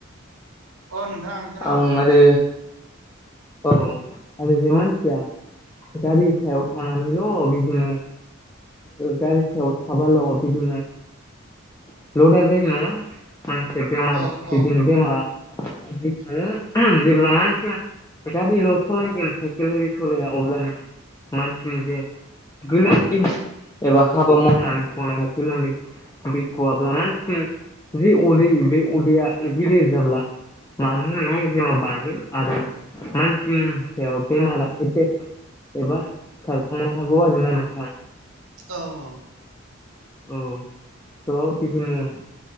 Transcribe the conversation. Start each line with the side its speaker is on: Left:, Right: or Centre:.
Right: अ नोंथां खोनागासिनो
Left: आं आरो औ आरो बे मानसिया गारि सायाव थानानैल' बिदिनो गारि सायाव थाबाल बिदिनो <unintelligible> मानसिया बेमार
Right: औ
Left: बिदिनो
Right: औ
Left: बेमारा जेब्ला मानसिया गारिल' सालायगोन साइकेलरि सलाया अब्लाानो मानसिनि जे <unintelligible> <unintelligible> <unintelligible> मानसिनि सायाव बेमारा एफेक्ट एबा सारफांनो हागौ आरोोना नोंथां
Right: औ औ
Left: औ त बिदिनो